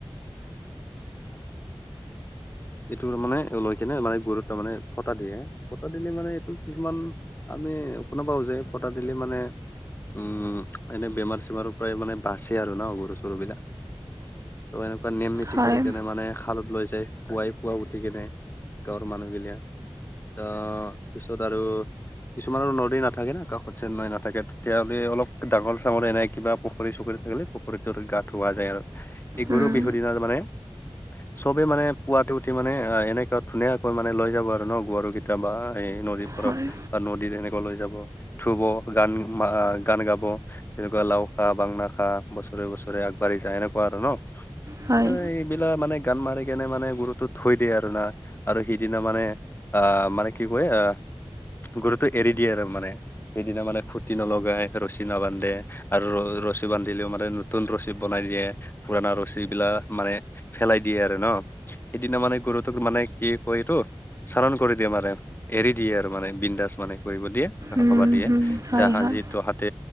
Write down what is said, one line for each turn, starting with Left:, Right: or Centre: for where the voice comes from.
Left: <unintelligible> এইটো মানে লৈ কিনে মান গৰুত তাৰ মানে ফটা দিয়ে ফটা দিলে মানে এইটো কিছুমান আমি শুনা পাওঁ যে পটা দিলে মানে উম এনেই বেমাৰ চেমাৰো প্ৰায় মানে বাচে আৰু ন গৰু চৰু বিলাক ত এনেকুৱা নিয়ম নীতি
Right: হয়
Left: কৰি কেনে মানে খালত লৈ যায় পুৱাই পোৱা উঠি কিনে গাঁৱৰ মানুহগিলিয়া ত পিছত আৰু কিছুমান আৰু নদী নাথাকে ন কাষত যেন নৈ নাথাকে তেতিয়াহ'লে অলপ ডাঙৰ চাঙৰ এনেই কিবা পুখুৰী চুখুৰী থাকিলে পুখুৰীটোৰ গা ধোৱা যায় আৰু এই গৰু
Right: উম,
Left: বিহুৰ দিনা মানে চবেই মানে পুৱাতে উঠি মানে এনেকুৱা ধুনীয়াকৈ মানে লৈ যাব আৰু ন গৰু কেইটা বা সেই নদীৰ পাৰত
Right: হয়
Left: বা নদীত এনেকুৱা লৈ যাব থুব গান গান গাব তেনেকুৱা লাও খা বাংনা খা বছৰে বছৰে আগবাঢ়ি যা এনেকুৱা আৰু ন'।
Right: হয়
Left: এতিয়া এইবিলাক মানে গান মাৰি কেনে মানে- কুকুৰতো থৈ দিয় আৰু না আৰু সিদিনা মানে আহ' মানে কি কয় আহ'- গৰুটো এৰি দিয়ে আৰু মানে সেইদিনা মানে খুতি নলগাই ৰছী নাবান্ধে। আৰু ৰ ৰছী বান্ধিলেও মানে নতুন ৰছী বনাই দিয়ে, পুৰণা ৰছী বিলাক মানে- পেলাই দিয়ে আৰু ন' সেইদিনা মানে গৰুটোক মানে কি কয় এইটো- সাৰন কৰি দিয়ে মানে এৰি দিয়ে আৰু মানে বিন্দাজ মানে কৰিব দিয়ে। ঘাঁহ
Right: উম,
Left: খাব দিয়ে,
Right: হুম, হয়
Left: যাহাজি
Right: হয়
Left: তহাতে